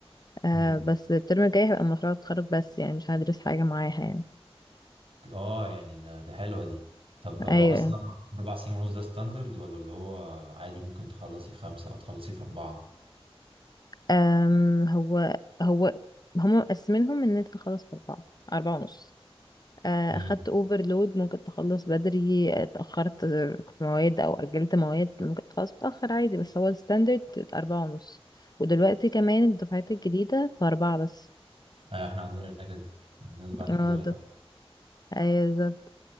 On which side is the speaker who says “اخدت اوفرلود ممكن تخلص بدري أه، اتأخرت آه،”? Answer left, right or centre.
Left